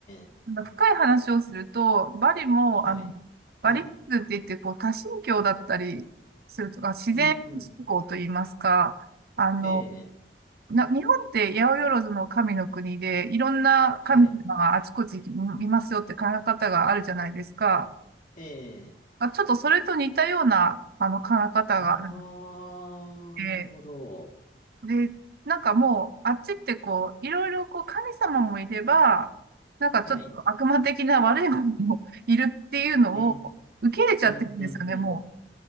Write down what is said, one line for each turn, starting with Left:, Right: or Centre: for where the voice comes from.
Left: え、
Right: なんか深い話をすると、バリも、
Left: はい。
Right: あの、バリッズって言って、
Left: はい。
Right: こう、多神教だったりするとか、自然信仰といいますか、
Left: うん、うん。
Right: あの、
Left: ええ、
Right: な、日本って八百万の神の国で、いろんな神様があちこちにいますよって考え方があるじゃないですか。
Left: はい。ええ、
Right: あ、ちょっとそれと似たような、あの、考え方があるの
Left: あー、
Right: で、
Left: なるほど。
Right: で、なんかもう、あっちってこう、いろいろこう、神様もいれば、なんかちょっと悪魔的な悪いものも
Left: はい。
Right: <laughs> いるっていうのを受け入れちゃってるんですよね、
Left: うん、うん、うん、うん。
Right: も